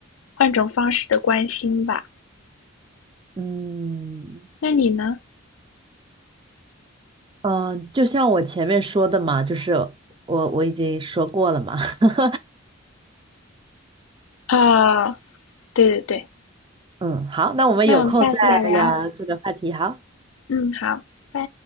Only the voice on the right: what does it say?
嗯
嗯，就像我前面说的嘛，就是我我已经说过了嘛。<laughs>
嗯，好，那我们有空再聊这个话题，
好。